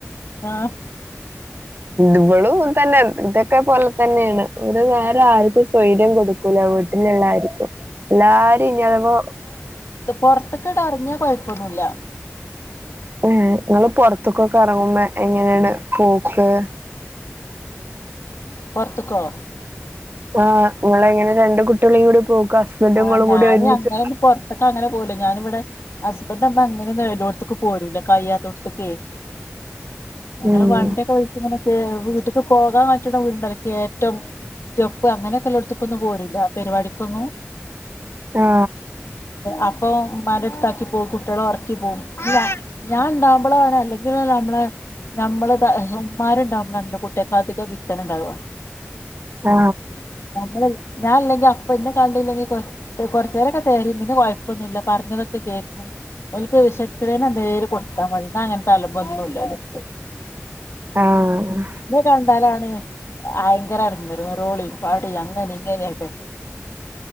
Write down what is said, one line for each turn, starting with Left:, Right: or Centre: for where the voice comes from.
Left: ആഹ്
Right: ഇവളും ങ്ങൻതന്നെയാ ഇതൊക്കെ പോലെ തന്നെയാണ് ഒരു നേരം ആർക്കും സ്വൈര്യം കൊടു ക്കൂല വീട്ടില്ള്ളായിരിക്കും എല്ലാരും ഇ അതിപ്പോ
Left: ഇത് പൊറത്തൊക്ക്ടെറങ്ങിയാ കൊയപ്പൊന്നുല്ല
Right: ഏ നിങ്ങള് പൊറത്ത്ക്കൊക്കെറങ്ങുമ്പോ എങ്ങനെയാണ് പോക്കാ
Left: പൊർത്ത്ക്കോ
Right: ആ നിങ്ങളെങ്ങനെ രണ്ട് കുട്ടിയളെയും കൂടി പോക്ക് ഹസ്ബന്റിങ്ങളും
Left: ആഹ് ഞാന്
Right: കൂടി ഒരുമിച്ച്
Left: അങ്ങനൊന്നും പൊറത്ത്ക്ക് അങ്ങനെ പോല ഞാനിവിടെ ഹസ്ബന്റമ്മ അങ്ങനെയൊന്നും എല്ലോടത്തേക്ക് പോരൂല്ല കഴിയാത്തോടത്ത്ക്ക
Right: <inaudible>
Left: ഞങ്ങള്
Right: ഉം
Left: വണ്ടിയൊക്കെ വിളിച്ചിങ്ങനൊക്കെ വീട്ട്ക്ക് പോകാൻ പറ്റണ വീടുണ്ടാ ലേ കേറ്റോ സ്റ്റെപ്പ് അങ്ങനെയൊക്കെല്ലോടത്ത്ക്കൊന്നും പോരൂല്ല പെരിപാടിക്കൊന്നും
Right: ആ
Left: അപ്പൊ ഉമ്മാന്റടുത്താക്കി പോവും കുട്ടിയളൊറക്കി പോവും ഞാൻ ഇണ്ടാവുമ്പളാണ് അല്ലെങ്കില് നമ്മളെ നമ്മള് ത ഉമ്മാര് ഇണ്ടാവുമ്പളാണല്ലോ കുട്ടിയക്ക് അധിക ബിത്തന ഇണ്ടാവ
Right: ആ
Left: നമ്മളില്ലെ ഞായില്ലെങ്കി അപ്പ എന്നെ കാണ് ണില്ലെങ്കിൽ കൊർച്ച് കൊർച്ചേരൊക്കെ തെരയും പിന്നെ കുഴപ്പൊന്നുല്ല പറഞ്ഞതൊക്കെ കേക്കും ഓൽക്ക് വിശ ക്ക്ണേന എന്തേലും കൊടുത്താ മതി ന്നാ അങ്ങത്തലമ്പോന്നുല്ലോലട്ത്ത്
Right: ആഹ്
Left: <inaudible> കണ്ടാലാണ് അയങ്കരടങ്ങേറ് നിറോളിയും പടയും അങ്ങനെ ഇങ്ങനെയൊക്കെട്ടെ